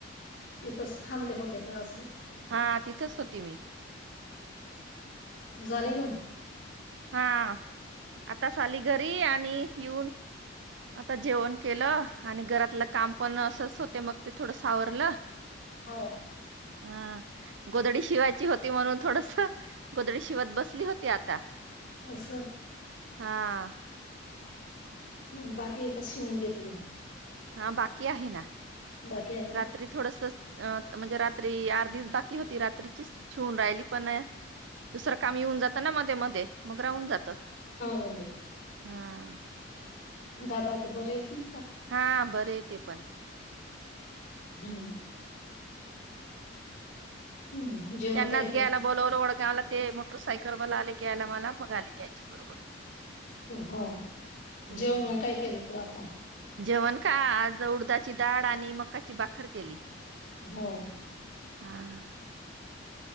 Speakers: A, on the left; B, on the right.
A: तिथंच थांबले होते का असं?
B: हा तिथंच होती मी.
A: झाले मग
B: हा आ.. ताच आली घरी आणि येऊन आता जेवण केलं. आणि घरात लं काम पण असच होते मग. ते थोडंस आवरलं.
A: हा.
B: हा गोदडी शिवायची होती म्हणून थोडंसं गोदडी शिवत बसली होती आता.
A: असं
B: हा.
A: तु बाकी एकच शिवून घेतली
B: हा बाकी आहे ना.
A: बाकी आहे
B: रात्री
A: का
B: थोडसं अ म्हणजे रात्री आर्धीच बाकी होती रात्रीचीच शिवून राहिली, पण दुसरं काम येऊन जात ना मध्ये मध्ये मग राहून जातं.
A: हो हो हो.
B: हा.
A: दादा ग बर यासणी
B: हा बरे आहेत ते पण
A: <unintelligible> हम्म जेवण
B: त्यांनाच
A: काय केलं
B: घ्यायला बोलावलं वडगावला ते मोटरसायकल वर आले. ग्यायला मला मग आली त्याच्याबरोबर
A: हो
B: हम्म.
A: जेव मग काय केलं तू आता
B: जेवण का आज उडदाची डाळ आणि मकाची बाखर केली.
A: हो.
B: हा.